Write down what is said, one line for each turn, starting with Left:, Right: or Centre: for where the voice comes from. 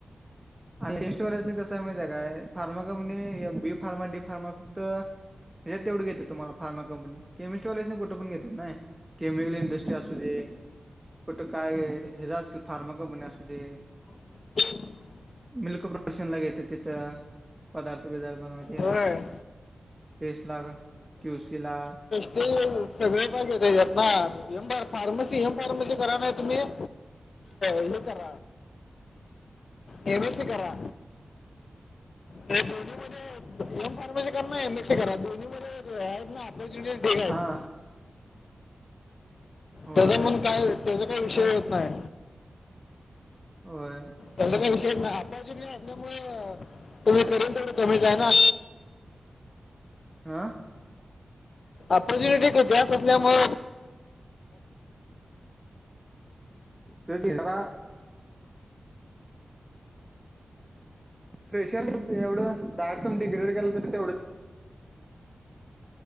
Right: आणि टेस्ट वच कस आहे माहिती आहे काय pharma company B pharma D pharma फक्त यात तेवढ घेत तु्हाला फार्मा कंपनी केमिस्ट्रीवालेजने कठं पण घेत नाही केमिकल इंडस्ट्री असू दे कुठं काय हे ज असतील फार्मा कंपनी असू दे
Left: <unintelligible>
Right: मिल्क प्रोशन लाग ययेतं तिथं पदार्थ बिदार्थ बनवाय
Left: होय
Right: ला टेस्ट ला क्युसी ला
Left: ते सगळे बाग येतच्यात ना हेम फार्मसी हेम फार्मसी करा ना तुम्ही अ येतार ए बससी करा. अरे दोन्ही मध्ये एम फार्मसी करा ना एम एस सी करा दोन्ही मध्ये आहेत ना ु ेक आहेत.
Right: हा होय
Left: त्याचा म्हणून काय त्याचा काही
Right: असं
Left: विषय होत नाही.
Right: होय.
Left: त्याचा काही विषय नाही आता असल्यामुळे तुम्ही करेल तर त्या जाय ना
Right: आं
Left: अपॉर्च्युनिटी ख जास्त असल्या म
Right: त तरा प्रेशर मग एवढं दाड तुमडग्रीवर गेलं तर तेवढं